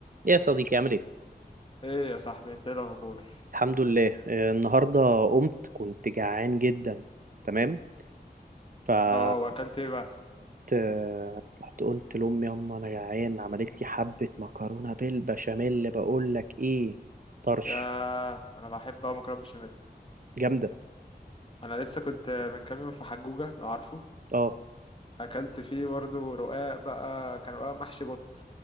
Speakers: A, on the right; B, on the left.
A: يا صديقي عامل ايه؟
B: ايه يا صاحبي انت ايه الاخبار
A: الحمد لله آه، النهارده قمت كنت جعان جدا تمام فروحت
B: اه واكلت ايه بقى
A: آه، رحت قلت لأمي يما انا جعان عملت لي حبة مكرونة بالبشاميل بقول لك ايه طرش
B: يا انا بحب اوي مكرونه بشاميل
A: جامدة
B: انا لسه كنت من كام يوم في حجوجه لو عارفه
A: اه
B: اكلت فيه برضه رقاق بقى كان رقاق محشي بط